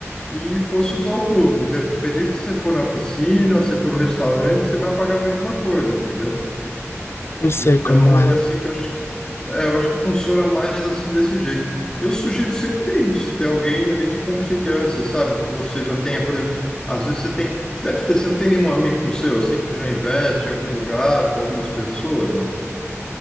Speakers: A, on the left; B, on the left.
A: e fosse usar o clube. Independente se você for na piscina, se for no restaurante, você vai pagar a mesma coisa, entendeu?
B: Eu sei
A: Então,
B: como é.
A: é assim que eu acho que, é, eu acho que funciona mais assim desse jeito. Eu sugiro sempre ter isso, ter alguém ali de confiança, sabe? Que você já tenha, por exemplo, às vezes você tem, você deve ter, você não tem nenhum amigo seu assim que já investe em algum lugar com algumas pessoas, não?